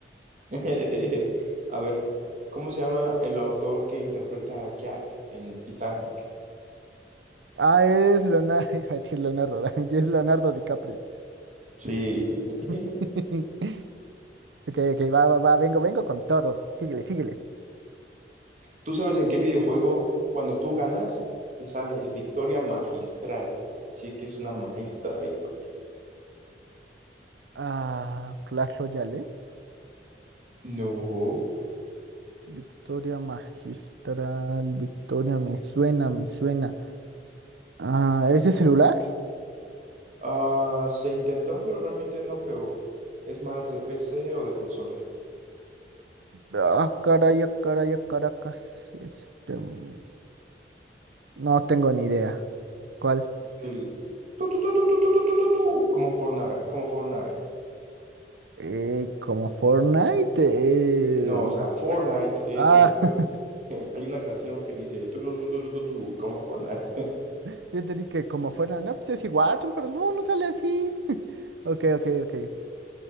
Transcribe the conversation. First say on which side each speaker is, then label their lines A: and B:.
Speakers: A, on the right (about 45°); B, on the right (about 80°).
A: <laughs> A ver, ¿cómo se llama el autor que interpreta a Jack en Titanic?
B: Ah, es Leonardo, <laughs> iba a decir Leonardo, da Vinci, es Leonardo DiCaprio.
A: Sí. <laughs>
B: <laughs> Ok, ok, va, va, va, vengo, vengo con todo. Síguele, síguele.
A: Tú sabes en qué videojuego, cuando tú ganas, te sale victoria magistral. Así que es una maestra victoria.
B: Ah, Clash Royale,
A: No.
B: Victoria Magistral, Victoria, me suena, me suena. Ah, ¿ese celular?
A: Ah, se intentó, pero realmente no pegó. Es más de PC o de consola.
B: Ah, caray, ah, caray, ah, Caracas. Este, mm, no tengo ni idea. ¿Cuál?
A: Es el... tu, tu, tu, tu, tu, tu, tu, tu, tu, tu, Como Fortnite, como Fortnite.
B: Eh, como Fortnite. eh,
A: No, o sea, Fortnite es
B: Ah,
A: el juego.
B: <laughs>
A: <laughs> Hay una canción que dice tu, tu, tu, tu, tu, tu, tu, como Fortnite.
B: yo entendí que como Fortnite, no, pues es igual, pero no, no sale así. <laughs> Ok, ok, ok.